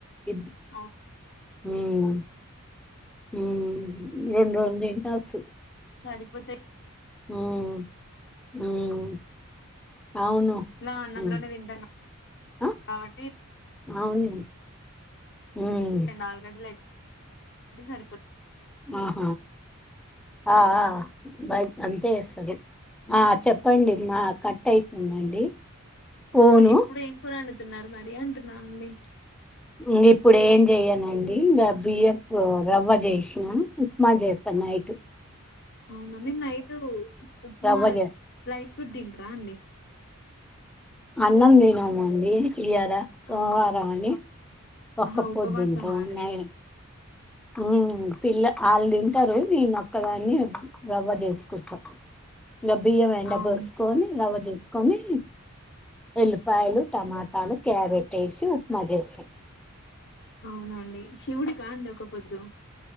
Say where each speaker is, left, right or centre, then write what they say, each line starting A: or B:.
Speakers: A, in the centre; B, on the left.
A: ఇద్
B: అవునా
A: ఉమ్ ఉమ్ రెండు రెండు తింటవచ్చు
B: సరిపోతయి
A: ఉమ్ ఉమ్ అవును
B: ఎట్ల అన్నంలోనే
A: ఉమ్
B: తింటం కా
A: ఆ
B: కావట్టి
A: అవును ఉమ్
B: రెండు ఆలుగడ్డలయిత్ సరిపోతది
A: ఆహ ఆ ఆ బ అంతే వేస్తారు ఆ చెప్పండి మా కట్ అయితుందండి ఫోను
B: ఆ ఇప్పుడు ఏం కూర అండుతున్నారు మరి అంటున్న అండి
A: ఇంగ ఇప్పుడు ఏం చెయనండి ఇంగ బియ్యపు రవ్వ చేసినా ఉప్మా చేస్తా నయిటు
B: అవున మేం నైట్ ఉప్మా
A: రవ్వ చేస్
B: లైట్ ఫుడ్ తింట్రా అండి
A: అన్నం తిన్నామ అండి ఇయాల సోమవారం
B: అవునా
A: అని ఒక్క
B: ఆహా
A: పొద్దుంటము
B: ఉపవాసమా అండి
A: నైట్ ఉమ్ పిల్ల ఆళ్ళు తింటరు నేనొక్కదాన్ని రవ్వ చేసుకుంట ఇగ బియ్యం ఎండ
B: అవును
A: పోసుకొని రవ్వ చేసుకొని ఎల్లిపాయలు టమాటాలు క్యారెటేసి ఉప్మా చేసా
B: అవునండి శివుడికాండి ఒక పొద్దు